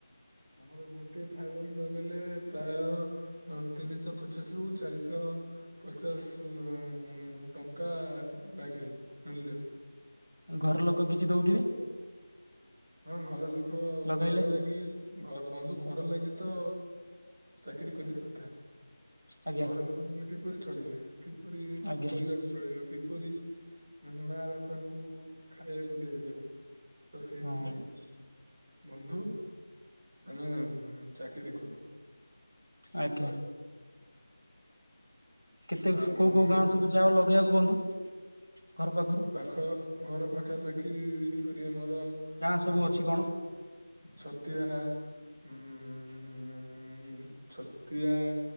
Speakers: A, on the right; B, on the right.
A: ଆମର ଗୋଟିଏ ଫାଇବର ଲଗେଇଲେ ପ୍ରାୟ ତିନିଶହ ପଚାଶ ରୁ ଚାରିଶହ ପଚାଶ ଟଙ୍କା ଲାଗେ ମୂଲ୍ୟ।
B: ଘର ଲୋକ କିଛି ଦଉଥିବେ।
A: ହଁ ଘର ଲୋକ
B: ଲଗେଇଲେ
A: ଘର ଲାଗି ଘ ବନ୍ଧୁ ଘର ଲାଗି ତ ଚାକିରି କରିବା କଥା
B: ଆଜ୍ଞା
A: ଘର ଲୋକ ଲୋକ ନଲେ କିପରି ଚଳିବେ କିପରି
B: ଆଜ୍ଞା
A: ପରିବାର ଚଳିବ କିପରି ମା ବାପାଙ୍କୁ ଖାଇବାକୁ ଦିଆଯିବ। ତ ସେଇଥିପାଇଁ
B: ହଁ
A: ବନ୍ଧୁ ଆମେ ଚାକିରି କରୁ।
B: ଆଜ୍ଞା କେତେ
A: ଆଉ
B: କୋଉ
A: ବନ୍ଧୁ
B: କୋଉ ଗାଁ ସବୁ ଯାଅ ଲଗେଇବାକୁ ବନ୍ଧୁ ଘର ପାଖରୁ?
A: ପାଖ ଘର ପାଖାପାଖି ଏହିପରି ଆମର
B: ଗାଁ
A: ଅ
B: ସବୁ ଅଛି କଣ?
A: ଛତିଆ ଉ ଛତିଆ।